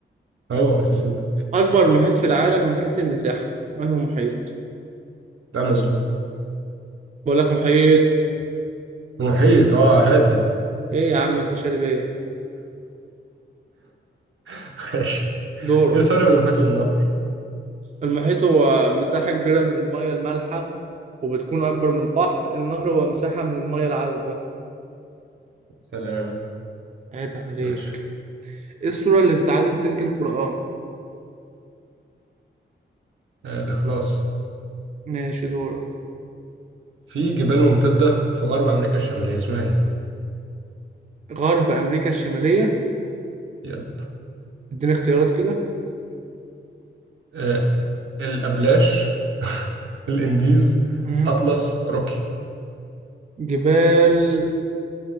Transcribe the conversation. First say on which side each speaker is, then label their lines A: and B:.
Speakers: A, on the right; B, on the right.
A: هو ميسيسيبي
B: اكبر محيط في العالم من حيث المساحة انه محيط
A: الأمازون
B: بقول لك محيط
A: المحيط اه هادي
B: ايه يا عم انت شارب ايه
A: <laughs> ماشي
B: دورك
A: ايه الفرق بين المحيط والنهر؟
B: المحيط هو مساحة كبيرة من المية المالحة وبتكون أكبر من البحر النهر هو مساحة من المية العذبة
A: سلام
B: عيب عليك
A: ماشي
B: ايه السورة اللي بتعادل تلت القرآن
A: آه الإخلاص
B: ماشي دورك
A: في جبال ممتدة في غرب أمريكا الشمالية اسمها ايه؟
B: غرب أمريكا الشمالية
A: يب
B: اديني اختيارات كده
A: آه الأبلاش <laughs> الإنديز
B: مم.
A: أطلس روكي
B: جبال